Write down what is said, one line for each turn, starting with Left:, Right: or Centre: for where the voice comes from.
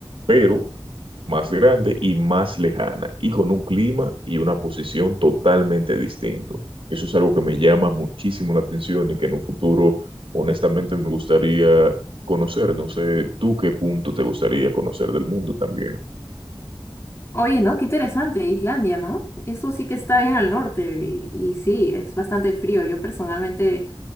Right: pero más grande y más lejana, y con un clima y una posición totalmente distinto. Eso es algo que me llama muchísimo la atención y que en un futuro, honestamente, me gustaría conocer. No sé, ¿tú qué punto te gustaría conocer del mundo también?
Left: Oye, ¿no? Qué interesante, Islandia, ¿no? Eso sí que está bien al norte y, y sí, es bastante frío. Yo personalmente